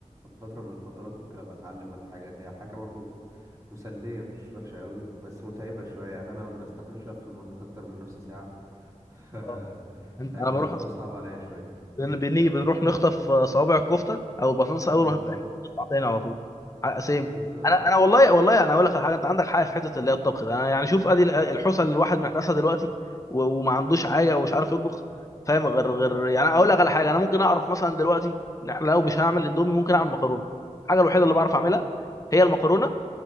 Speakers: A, on the right (about 25°); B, on the left (about 25°).
A: في فترة من الفترات ممكن أبقى أتعلم ولا حاجة هي حاجة برضو مسلية مش وحشة قوي بس متعبة شوية يعني أنا ما بستحملش أقف في المطبخ أكتر من نص ساعة <laughs>
B: اه انت
A: هيبقى
B: انا بروح
A: الموضوع
B: أخت...
A: صعب عليا شوية
B: بن- بني بنروح نخطف صوابع الكفته او البطاطس اول
A: اه
B: ما
A: بالظبط
B: تتعمل ونطلع تاني على طول ح- سيم
A: بالظبط
B: انا انا والله والله انا اقول لك على حاجه انت عندك حاجه في حته اللي هي الطبخ ده انا يعني شوف ادي ال- الحوسه اللي الواحد محتاسها دلوقتي و- وما عندوش حاجه ومش عارف يطبخ فاهم غير غير يعني اقول لك على حاجه انا ممكن اعرف مثلا دلوقتي إن إحنا لو مش هعمل اندومي ممكن اعمل مكرونه الحاجه الوحيده اللي بعرف اعملها هي المكرونه